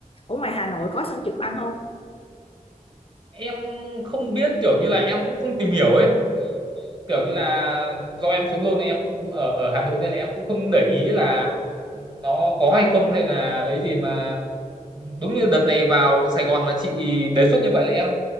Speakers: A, on the left (about 40°); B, on the right (about 35°).
A: ở ngoài Hà Nội có sân trượt băng không
B: Em không biết kiểu như là em cũng không tìm hiểu ấy, kiểu như
A: Ừ.
B: là do em sống lâu này em cũng ở ở Hà Nội nên là em cũng không để ý là nó có hay không hay là ấy gì mà Ừ, Đúng như đợt này vào Sài Gòn mà chị đề xuất như vậy là em